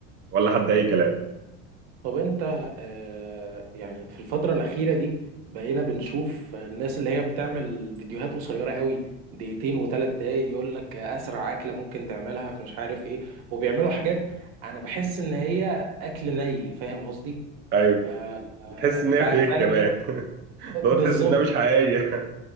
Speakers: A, on the right (about 30°); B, on the right (about 60°).
A: ولا حد اي كلام
B: طب انت آه، يعني في الفترة الأخيرة دي بقينا بنشوف الناس اللي هي بتعمل فيديوهات قصيرة قوي دقيقتين وثلاث دقايق يقول لك أسرع أكلة ممكن تعملها في مش عارف إيه وبيعملوا حاجات أنا بحس إن هي أكل ني فاهم قصدي؟
A: ايوه
B: آه،
A: بتحس ان
B: ف-
A: هي
B: فأنت
A: فيك كمان <laughs> اللي هو
B: بالظبط
A: تحس انها مش حقيقيه